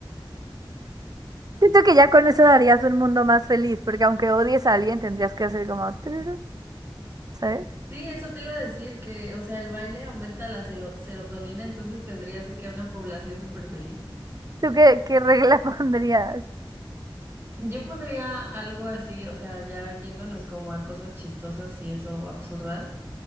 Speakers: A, on the right; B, on the right.
A: Siento que ya con eso darías un mundo más feliz, porque aunque odies a alguien tendrías que hacer como, tururú, ¿sabes?
B: Sí, eso te iba a decir que, o sea, el baile aumenta la selo- serotonina, entonces tendrías de que una población súper feliz.
A: ¿Tú qué, qué regla <laughs> pondrías?
B: Yo pondría algo así, o sea, ya yéndonos como a cosas chistosas y eso, o absurdas.